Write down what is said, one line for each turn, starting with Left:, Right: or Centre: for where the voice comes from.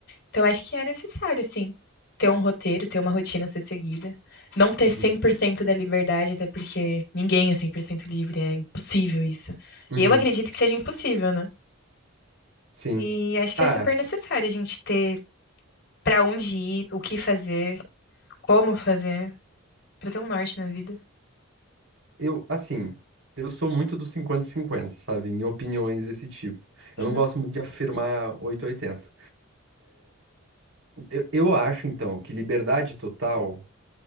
Left: Então acho que é necessário, sim, ter um roteiro, ter uma rotina a ser seguida. Não ter
Right: Uhum.
Left: 100% da liberdade, até porque ninguém é 100% livre, é impossível isso.
Right: Uhum.
Left: E eu acredito que seja impossível, né?
Right: Sim.
Left: E acho que
Right: Ah,
Left: é super necessário a gente ter Pra onde ir, o que fazer, como fazer, pra ter um norte na vida.
Right: eu, assim, eu sou muito do 50 cinquenta sabe? Em opiniões desse tipo.
Left: Uhum.
Right: Eu não gosto muito de afirmar oitocentos e oitenta Eu, eu acho, então, que liberdade total